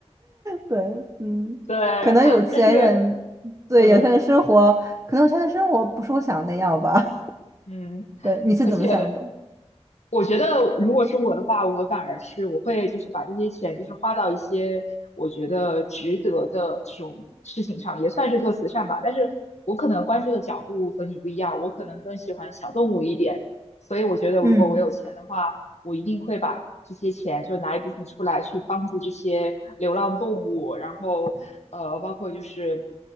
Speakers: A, on the right; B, on the left.
A: 对，嗯，
B: 对，
A: 可能有钱人对有钱人生活，
B: 但是呃
A: 可能有钱人生活不是我想的那样吧。
B: 嗯，
A: 对，你是怎么想的？
B: 而且我觉得如果是我的话，我反而是我会就是把这些钱就是花到一些我觉得值得的这种事情上，也算是做慈善吧。但是我可能关注的角度和你不一样，我可能更喜欢小动物一点。所以我觉得如果我有钱的话，
A: 嗯
B: 我一定会把这些钱就拿一部分出来去帮助这些流浪动物，然后呃，包括就是